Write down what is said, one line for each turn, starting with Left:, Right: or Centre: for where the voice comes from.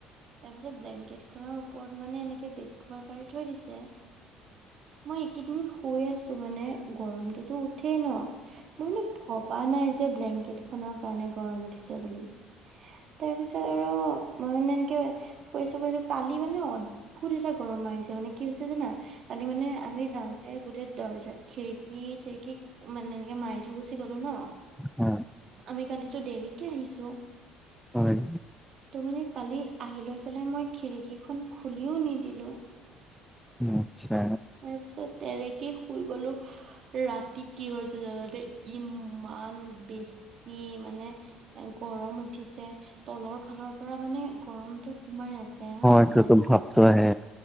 Right: তাৰপিছত ব্লেংকেট খনৰ ওপৰত মানে এনেকে বেড খভাৰ পাৰি থৈ দিছে মই এইকেইদিন শুই আছো মানে গৰমটো টো উঠেই ন মই মানে ভবা নাই যে ব্লেংকেট খনৰ কাৰণে গৰম উঠিছে বুলি তাৰপিছত আৰু মই মে এনেকে শুনিছোঁ কছো কালি মানে অদ্ভুত এটা গৰম মাৰিছে মানে কি হৈছে জানা? কালি মানে আমি যাওঁতে গোটেই দৰ্জা খিৰিকী চিৰিকী মানে এনেকে মাৰি থৈ গুচি গলো ন
Centre: হ
Right: আমি কালিতো দেৰিকে আহিছো
Centre: হয়
Right: ত' মানে কালি আহি লৈ পেলাই মই খিৰিকীখন খুলিও নিদিলো
Centre: আচ্ছা
Right: তাৰপিছত তেনেকে শুই গলো ৰাতি কি হৈছে জানো ই আন বেছি মানে গৰম উঠিছে তলৰ ফালৰ পৰা মানে গৰমতটো সোমাই আছে হা
Centre: এটা
Right: লাহে
Centre: তো
Right: লাহে
Centre: ভাবতে হয়